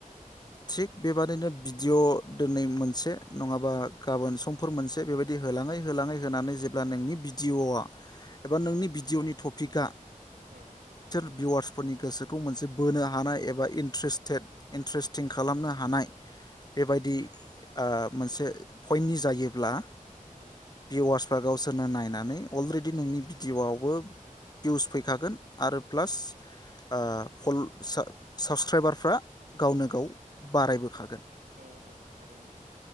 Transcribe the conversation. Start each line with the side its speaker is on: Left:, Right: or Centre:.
Left: थिग बेबादिनो भिडिअ दोनै मोनसे नङाबा गाबोन समफोर मोनसे बेबायदि होलाङै होलाङै होनानै जेब्ला नोंनि बि जिअ आ एबा
Right: औ
Left: नोंनि बिडिअनि थब फिका
Right: औ
Left: भिवार्सफोरनि गोसोखौ मोनसे बोनो हानाय एबा इन्थ्रारेसतेथ इन्थ्रारेस्टिं खालामनो हानाय बेबायदि ओह मोनसे फयनि जायोब्ला
Right: औ
Left: भिवार्सफ्रा गावसोरनो नायनानै अलरेडि नोंनि भिडिअ आवबो भिउस फैखागोन आरो प्लास ओ फल सो साबसक्राइबारफ्रा गावनो गाव बारायबोखागोन।
Right: औ औ थारैनो